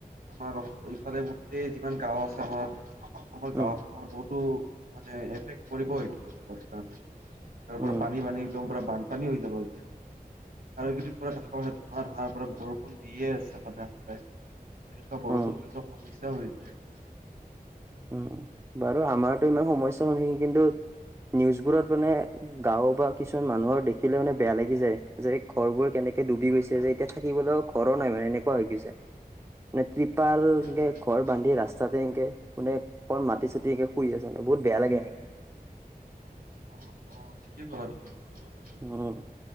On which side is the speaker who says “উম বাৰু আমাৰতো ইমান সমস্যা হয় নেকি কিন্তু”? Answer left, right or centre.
Right